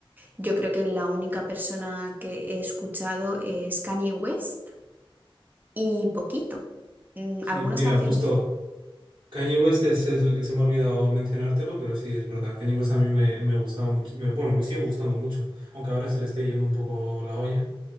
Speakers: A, on the right; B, on the right.
A: Yo creo que la única persona que he escuchado es Kanye West y poquito, mm,
B: Sí,
A: algunas
B: mira,
A: canciones.
B: justo Kanye West es, es el que se me ha olvidado mencionártelo, pero sí, es verdad. Kanye West a mí me, me gustaba mucho, me- bueno, me sigue gustando mucho, aunque ahora se le esté yendo un poco la olla.